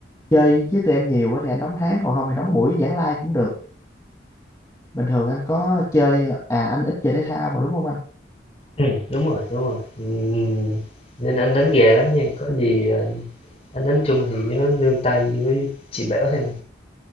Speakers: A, on the left; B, on the left.
A: chơi với tụi em nhiều á, thì anh đóng tháng còn không thì đóng buổi giảng lai cũng được. Bình thường anh có chơi à anh ít chơi thể thao mà đúng không anh?
B: Ừm, đúng rồi, đúng rồi, ừm, nên anh đánh gà lắm nha, có gì, ờ, anh đánh chung thì nhớ nương tay với chị bảo thêm.